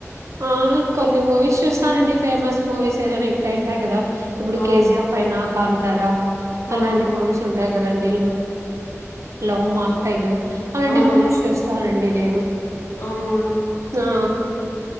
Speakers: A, on the right; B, on the left.
A: ఆ కొన్ని మూవీస్ చూస్తానండి ఫేమస్ మూవీస్ ఏదనా హిట్ అయింటాయి కదా ఇప్పుడు
B: అవును
A: కేజీ ఎఫ్ అయినా కాంతార అలాంటి
B: అవును
A: మూవీస్ ఉంటాయి కదండి లవ్ మాక్ టైలు అలాంటే
B: అవునవును
A: మూవీస్ చూస్తానండి నేను
B: అవునవును
A: ఆ